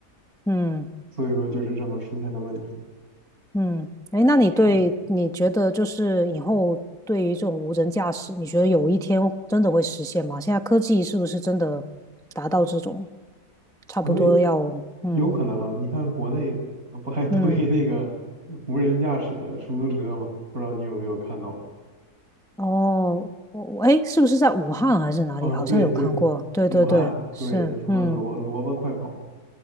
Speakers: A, in the centre; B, on the right.
A: 嗯。
B: 所以说就是这么出现的问题。
A: 嗯，哎，那你对你觉得就是以后对于这种无人驾驶，
B: 是的，
A: 你觉得有一天真的会实现吗？现在科技是不是真的达到这种差不多要嗯
B: 所以有可能啊，你看国内呃不还推
A: 嗯
B: <laughs> 那个无人驾驶的出租车吗？不知道你有没有看到？
A: 哦，我我哎，是不是在武汉还是哪里？
B: 啊，
A: 好像有看过，
B: 对对，
A: 对对对，
B: 武汉对，
A: 是嗯
B: 就什么萝萝卜快跑，